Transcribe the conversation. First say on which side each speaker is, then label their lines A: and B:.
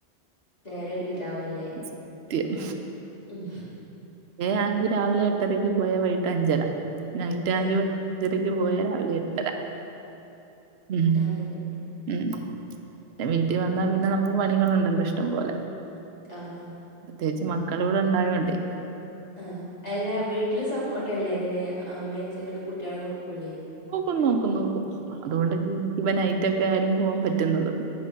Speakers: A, on the left; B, on the right.
A: നേരം ഒരു വിതാവല്ലേ
B: സത്യം
A: ഉം
B: ഏഹ് ആണെങ്കി രാവിലെ എട്ടരക്ക് പോയാ വൈകിട്ട് അഞ്ചര നൈറ്റ് ആണങ്കി
A: ആ
B: അഞ്ചരയ്ക്ക് പോയ രാവിലെ എട്ടരാ ഉം
A: അങ്ങനെ
B: ഉം വീട്ടിൽ വന്നാ പിന്നെ നമുക്ക് പണികളുണ്ടല്ലോ ഇഷ്ട്ടം പോലെ
A: ആഹ്
B: പ്രത്യേകിച്ച് മക്കള് ഇവിടെ ഉണ്ടായോണ്ടേ
A: ആഹ് അല്ല വീട്ടില് സപ്പോർട്ട് അല്ലേ ഇങ്ങനെ അമ്മയും അച്ചനൊക്കെ കുട്ടികളെ നോക്കൂല്ലേ
B: നോക്കും നോക്കും നോക്കും അതുകൊണ്ടല്ല എനിക്ക് ഇവ നൈറ്റ ഒക്കെ ആയാലും പോവാൻ പറ്റുന്നത്